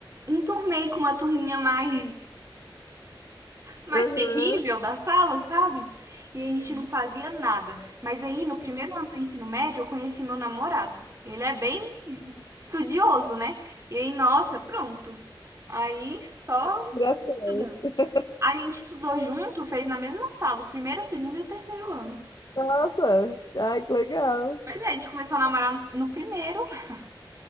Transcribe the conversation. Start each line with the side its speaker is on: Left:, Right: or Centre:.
Right: enturmei com uma turminha mais. mais
Left: Aham,
Right: terrível da sala, sabe? E a
Left: sim,
Right: gente não fazia nada. Mas aí, no primeiro ano do ensino médio, eu conheci meu namorado. Ele é bem <laughs> estudioso, né? E aí, nossa, pronto. Aí só
Left: inspiração.
Right: estudando.
Left: <laughs>
Right: A gente estudou junto, fez na mesma sala, o primeiro, o segundo e o terceiro ano.
Left: Nossa, ai, que legal.
Right: Pois é, a gente começou a namorar no primeiro <laughs>